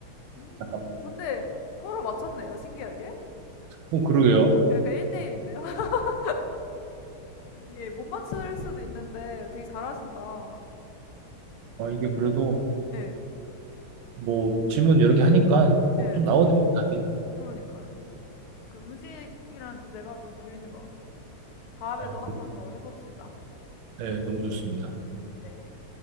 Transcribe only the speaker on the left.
음.
근데 서로 맞췄네요, 신기하게.
그 약간 1대1인데요? <laughs> 이게 못 맞출 수도 있는데 되게 잘하신다.
예,
예.
그러니까요. 그래서 그 음식이라는 주제가 좀 재밌는 것 같아요. 다음에도
한 번 더 해봅시다.
네.